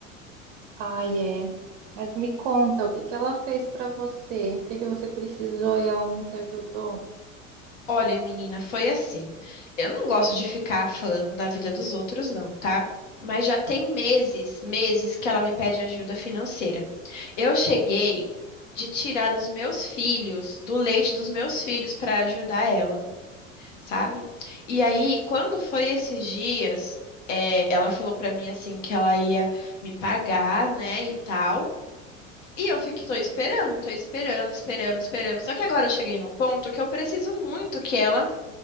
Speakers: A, on the right; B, on the left.
A: Ai, é. Mas me conta, o que que ela fez pra você? O que que você precisou e ela não te ajudou?
B: Olha, menina, foi assim. Eu não gosto de ficar falando da vida dos outros, não, tá? Mas já tem meses, meses que ela me pede ajuda financeira. Eu cheguei de tirar dos meus filhos, do leite dos meus filhos, para ajudar ela, sabe? E aí, quando foi esses dias, é, ela falou para mim assim que ela ia me pagar, né, e tal. E eu fiquei, tô esperando, tô esperando, esperando, esperando. Só que agora eu cheguei num ponto que eu preciso muito que ela